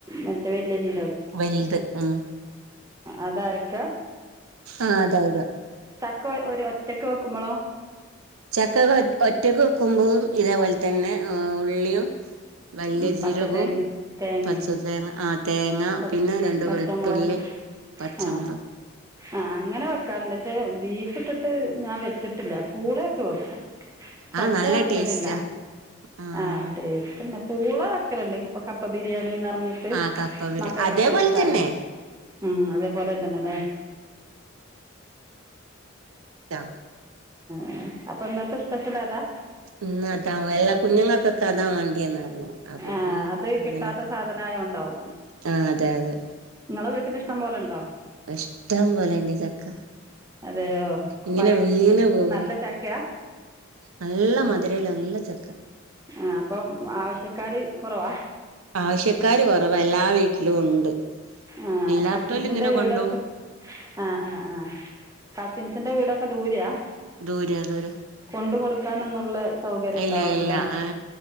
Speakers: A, on the right; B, on the right.
A: മറ്റേ വല്ല്യ ജീ
B: വൽത് ഉം
A: അത് അരക്ക്
B: ആ അതായിട്
A: ക്ക ഒ ഒരു ഒറ്റക്ക് വെക്കുമ്പളോ
B: ചക്കക്ക ഒറ്റ ഒറ്റക്ക് വെക്കുമ്പം ഇതേപോൽ തന്നെ ഏ ഉള്ളിയും വല്ല്യ
A: ഉം
B: ജീരകവും
A: പച്ച തേങ്ങ തേങ്ങയും
B: പച്ച തേങ്ങ ആ തേങ്ങ
A: പച്ച
B: പിന്നെ രണ്ട്
A: പച്ചമുളകും
B: വെള്ത്തുള്ളി പച്ചമൊള്
A: ആ ആ അങ്ങനെ വെക്കാറ്ണ്ട് പക്ഷെ ബീഫ് ഇട്ടിട്ട് ഞാൻ വെച്ചിട്ടില്ല പൂളൊക്കെ വെക്കും ചക്ക
B: ആഹ് നല്ല
A: വെക്കലില്ല
B: ടേസ്റ്റാ ആഹ്
A: ആ ടേസ്റ്റ്ന്ന പൂള വെക്കല്ണ്ട് ഇപ്പ കപ്പ ബിരിയാണിന്ന പർഞ്ഞിട്ട്
B: ആഹ് കപ്പ ബിരിയാണി
A: മക്കക്കൊക്കെ
B: അതേപോലെ
A: ഇഷ്ടാണ്
B: തന്നെ
A: മ് അതേപോലെ തന്നെല്ലേ
B: ആ
A: ഏ അപ്പൊന്നത്തെ സ്പെഷ്യൽ അതാ
B: ഇന്നത്താവോ എല്ലാ കുഞ്ഞുങ്ങക്കൊക്കതാ വാണ്ടിയെന്ന് കാര്ണം അപ്പൊ
A: ആ
B: പിന്നെ
A: അത്
B: അങ്ങനെയൊക്കെ
A: കിട്ടാത്ത സാധനം ആയതുകൊണ്ടാവും
B: ആ അതെ അതെ
A: നിങ്ങളെ വീട്ടിൽ ഇഷ്ടം പോലെ ഉണ്ടോ
B: ഇഷ്ടം പോലെണ്ട് ചക്ക
A: അതെയോ
B: ഇങ്ങനെ
A: പഴ്
B: വീണ് പോവാ
A: നല്ല ചക്കയാ
B: നല്ല മധ് രെള്ള നല്ല ചക്ക
A: ആഹ് അപ്പം ആവശ്യക്കാര് കൊറവാ?
B: ആവശ്യക്കാര് കൊറവ എല്ലാ വീട്ടിലു ഉണ്ട്.
A: ആഹ്
B: ഇല്ലാത്തോല്
A: കസിൻസിന്റെ
B: ഇങ്ങനെ
A: വീടൊക്കെ
B: കൊണ്ടോവും
A: ആഹ് ആഹ് ആഹ് കസിൻസിന്റെ വീടൊ ക്ക ദൂരെയാ?
B: ദൂരെയ ദൂരെ
A: കൊണ്ട് കൊടുക്കാനൊന്നുള്ള സൗകര്യം ഉണ്ടാവില്ല
B: ഇല്ല ഇല്ല
A: അല്ലേ
B: ഏ